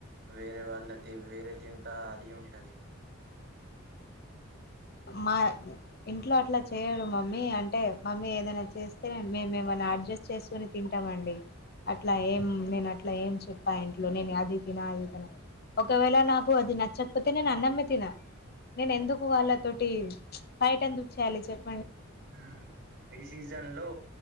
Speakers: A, on the right; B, on the left.
A: వేరే వాళ్ళది వేరే తింటా అది ఉంటది.
B: మా ఇంట్లో అట్ల చేయరు మ మ్మీ అంటె మమ్మీ ఏదైన చేస్తే మేము ఏమైన అడ్జస్ట్ చేసుకుని తింటామ అండి డి. అట్ల ఏం నేను అట్ల ఏం చెప్ప ఇంట్లో నేను అది తిన ఇది తిన ఒకవేళ నాకు అది నచ్చక పోతె నేను అన్నమే తిన నేను ఎందుకు వాళ్ళతోటి ఫైట్ ఎందుకు చేయాలి చెప్
A: హుమ్ ఈ సీజన్ లో